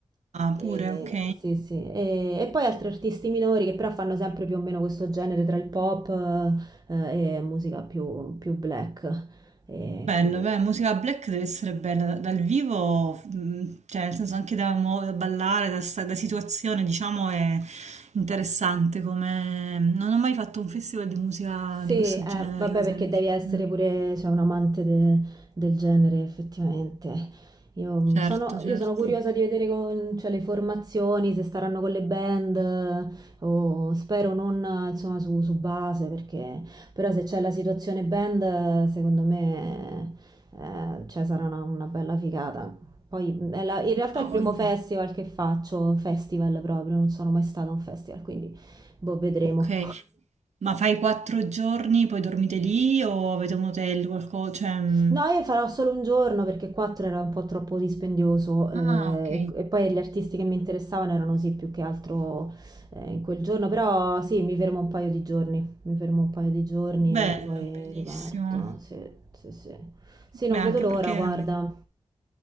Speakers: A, on the right; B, on the right.
A: Ah,
B: E,
A: pure, ok.
B: sì, sì. E, e poi altri artisti minori che però fanno sempre più o meno questo genere tra il pop eh, e musica più, più black. E
A: Bello,
B: quindi.
A: beh, musica black deve essere bella da- dal vivo, mm, cioè nel senso anche da, muo- da ballare, da, sta- da situazione, diciamo, è interessante come... Non ho mai fatto un festival di musica
B: Sì,
A: di questo
B: eh,
A: genere,
B: vabbè,
A: per esempio.
B: perché devi essere
A: Mm.
B: pure, cioè, un amante de- del genere, effettivamente. Io mm,
A: Certo,
B: sono,
A: certo,
B: io sono curiosa di vedere con- cioè, le formazioni, se staranno con le band, eh, o spero non, eh, insomma, su, su base, perché però se c'è la situazione band, eh, secondo me, eh, cioè, sarà una, una bella figata. Poi, mm, è la- in realtà
A: ha
B: è il
A: voglia.
B: primo festival che faccio, festival proprio, non sono mai stata a un festival, quindi, boh, vedremo.
A: Ok, ma fai quattro giorni, poi dormite lì o avete un hotel, qualcosa? Cioè... mm.
B: No, io farò solo un giorno perché quattro era un po' troppo dispendioso eh,
A: Ah, ok.
B: e e poi gli artisti che mi interessavano erano sì più che altro eh, in quel giorno, però sì, mi fermo un paio di giorni, mi fermo un paio di giorni
A: Bello,
B: e poi
A: bellissimo.
B: riparto. Sì, sì, sì. Sì, non
A: Beh, anche
B: vedo l'ora,
A: perché
B: guarda.